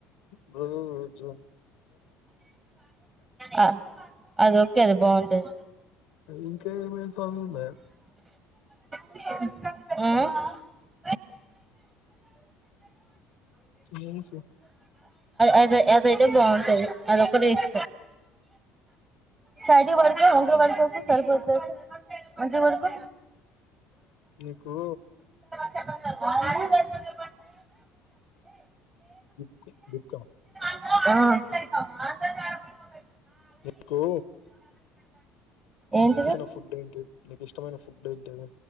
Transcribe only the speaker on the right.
ఆ అది ఓకే అది బావుంటది.
ఆ
అది అదయితే బాగుంటది అదొకటిస్ సైడ్కి పడుకో వంకర పడుకోకు సరిపోద్దది. మంచిగా పడుకో
<unintelligible>
గా
ఏంటిది